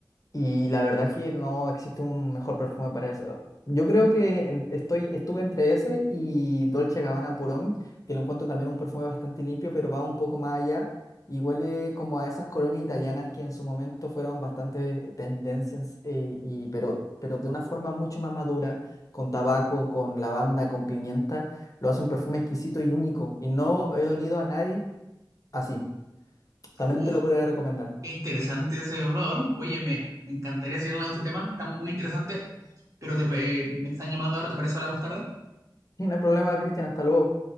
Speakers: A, on the left; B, on the right.
A: Y la verdad que no existe un mejor perfume para eso. Yo creo que en- estoy, estuve entre ese y Dolce Gabbana Purón, que lo encuentro también un perfume bastante limpio, pero va un poco más allá y huele como a esas colonias italianas que en su momento fueron bastante tendencias, eh, y, pero, pero de una forma mucho más madura, con tabaco, con lavanda, con pimienta, lo hace un perfume exquisito y único. Y no he olido a nadie así. También
B: Uh,
A: te lo podría recomendar.
B: Qué interesante ese dolor. Oye, me, me encantaría seguir hablando de este tema, está muy interesante, pero te, eh, me están llamando ahora, ¿te parece hablar más tarde?
A: Y no hay problema, Cristian, hasta luego.